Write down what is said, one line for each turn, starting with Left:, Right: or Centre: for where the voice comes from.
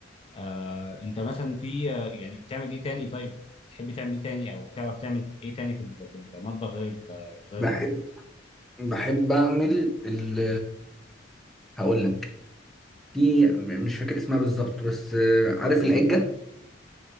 Left: آه أنت مثلا في آه، يعني بتعمل إيه تاني طيب تحب تعمل إيه تاني أو تعرف تعمل إيه تاني في ال- في المطبخ غير ال- غير
Centre: بحب
Left: الأومليت
Centre: بحب اعمل ال هقول لك في مش فاكر اسمها بالظبط بس آه، عارف العجه